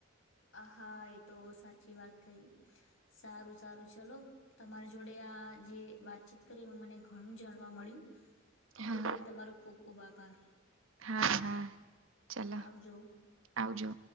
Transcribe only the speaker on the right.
હા
હા હા ચાલો
આવજો.